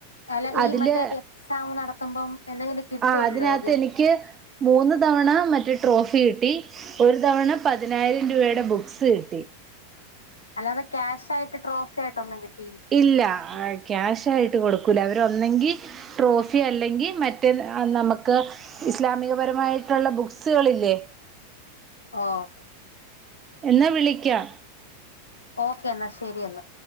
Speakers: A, on the left; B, on the right.
A: അല്ല ഈ
B: അതില്
A: മറ്റേ എക്സാം നടത്തുമ്പം എന്തെങ്കിലും കിട്ടുമല്ലോ
B: ആഹ് അതിനകത്ത്
A: ഗിഫ്റ്റ്
B: എനിക്ക് മൂന്ന് തവണ മറ്റേ ട്രോഫി കിട്ടി ഒരു തവണ പതിനായിരം രൂപയുടെ ബുക്സ് കിട്ടി
A: അല്ലാെ ക്യാഷ്ായിട്ട് ട്രോഫി ആയിട്ട്ന്നും കിട്ടില്ല
B: ഇല്ല ആ ക്യാഷ ആയിട്ട് കൊടുക്കൂല അവരൊന്നെങ്കി ട്രോഫി അല്ലെങ്കിൽ മറ്റേ നമുക്ക് ഇസ്ലാമികപരമായിട്ടുള്ള ബുക്സുകളില്ലേ
A: ആഹ
B: എന്നാ വിളിക്കാ
A: ഓക്കേ എന്ന എന്നാ ശെരി എന്നാ